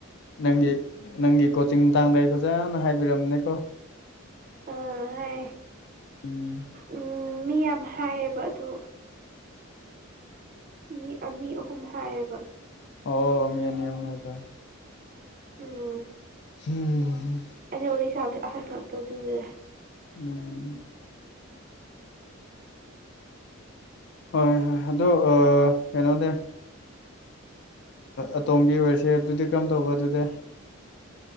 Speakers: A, on the left; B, on the right.
A: ꯅꯪꯒꯤ ꯅꯪꯒꯤ ꯀꯣꯆꯤꯡ ꯃꯇꯥꯡꯗ ꯑꯩ ꯐꯖꯅ ꯍꯥꯏꯕꯤꯔꯝꯅꯦꯀꯣ
B: ꯑꯥ ꯍꯥꯏ
A: ꯎꯝ
B: ꯎꯝ ꯃꯤ ꯌꯥꯝ ꯍꯥꯏꯌꯦꯕ ꯑꯗꯨ ꯃꯤ ꯑꯅꯤ ꯑꯍꯨꯝ ꯍꯥꯏꯌꯦꯕ
A: ꯑꯣ ꯃꯤ ꯑꯅꯤ ꯑꯍꯨꯝ ꯍꯥꯏꯕꯔꯥ
B: ꯎꯝ
A: ꯎꯝ
B: ꯑꯩꯅ ꯋꯥꯔꯤ ꯁꯥꯕꯁꯦ ꯑꯍꯟ ꯉꯥꯛꯇ ꯑꯗꯨꯒꯤ
A: ꯎꯝ ꯍꯣꯏ ꯍꯣꯏ ꯑꯗꯣ ꯀꯩꯅꯣꯗꯦ ꯑꯇꯣꯝꯕꯤ ꯑꯣꯏꯔꯁꯦ ꯑꯗꯨꯗꯤ ꯀꯔꯝ ꯇꯧꯕ ꯑꯗꯨꯗꯤ